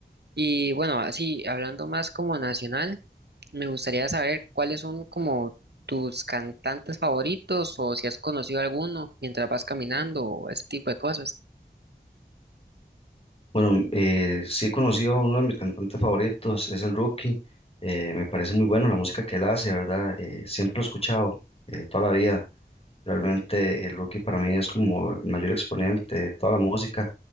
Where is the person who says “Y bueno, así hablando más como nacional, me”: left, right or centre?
Right